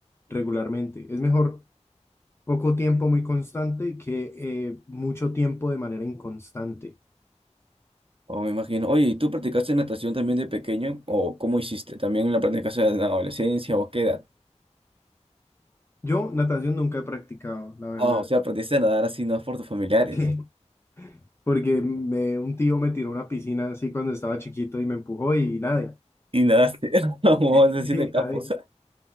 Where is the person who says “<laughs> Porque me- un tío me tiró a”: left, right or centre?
Left